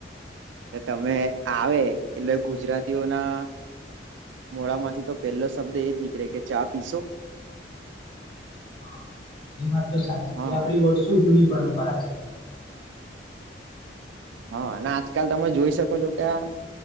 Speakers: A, on the right; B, on the left.
A: ને તમે આવે એટલે ગુજરાતીઓના મોડામાંથી તો પહેલો શબ્દ એ જ નીકળે કે ચા પીશો?
B: હા એ વાત તો સાચી
A: હા
B: એ આપડી વર્ષો જૂની પરંપરા છે.
A: હા અને આજકાલ તમે જોઈ શકો છો કે આ